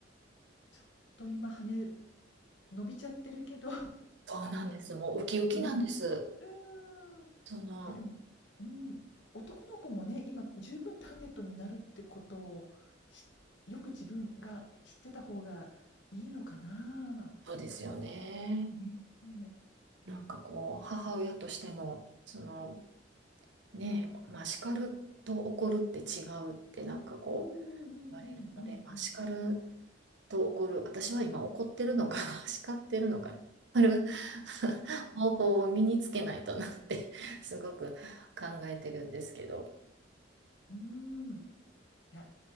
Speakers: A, on the left; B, on the right.
A: ちょっと今羽伸びちゃってるけど
B: そうなんです。もうウキウキなんです。
A: <laughs>、ね、うん。い
B: その、
A: やでも、うん、男の子もね、今十分ターゲットになるってことを、しよく自分が知ってた方がいいのかな。
B: そうですよね。
A: ね。
B: なんかこう、母親としても、その、ねえ、まあ、叱ると怒るって違うってなんかこう、
A: うんうんうんうんうん
B: 言われるので、まあ、叱ると怒る。私は今怒ってるのかな、<laughs> 叱ってるのかな。ある <laughs> 方法を身につけないとなって <laughs> すごく考えてるんですけど。
A: うん。いや、